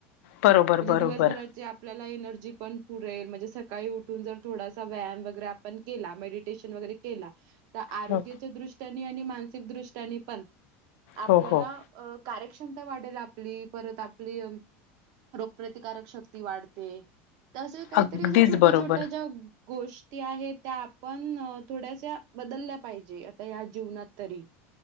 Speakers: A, on the left (about 80°); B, on the right (about 60°).
A: बरोबर
B: म्हजे
A: बरोबर
B: दिवसभरात आपल्याला एनर्जी पण पूरतेऽऽ ते,, म्हणजे सकाळी उठून जर थोडासा व्यायाम वगैरे आपण केला,, मेडिटेशन वगैरे केलाऽऽ तर आरोग्याच्या
A: हो
B: दृष्ट्याने आणि मानसिक दृष्ट्याने पण, आपल्याला
A: हो हो
B: अ कार्यक्षमता वाढेल आपली, परत आपली रोगप्रतिकारक शक्ती वाढते. तसं काहीतरी
A: अगदीच
B: असं छोट्या,
A: बरोबर
B: छोट्या ज्याऽऽ गोष्टी आहेत त्या आपण थोड्याश्या बदलल्या पाहिजे. या जीवनात तरी,,